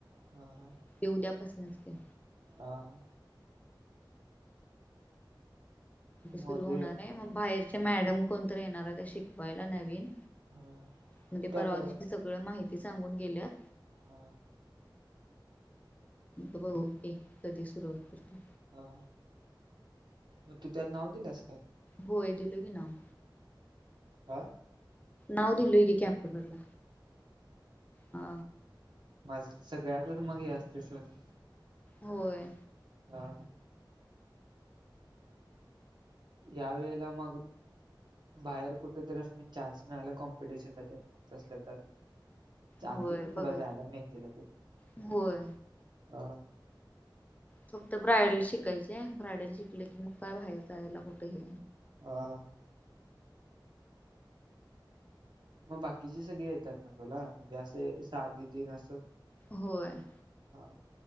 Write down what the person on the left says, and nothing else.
उद्यापासूनच ते
सुरू
होणार आहे मग बाहेरचे मॅडम कोणतरी येणार आहे ते शिकवायला नवीन.
म्हणजे
परवा दिवशी सगळ माहिती सांगून गेल्यात.
बघु के कधी सुरुवात होते.
होय दिलोय की नाव.
नाव दिलोय की कॅम्प्युटरला हा.
होय.
होय
बघायच
होय
फक्त ब्रायडल शिकायचे आहे ब्रायडल शिकल की म काय बाहेर जायला कुठ हे
होय.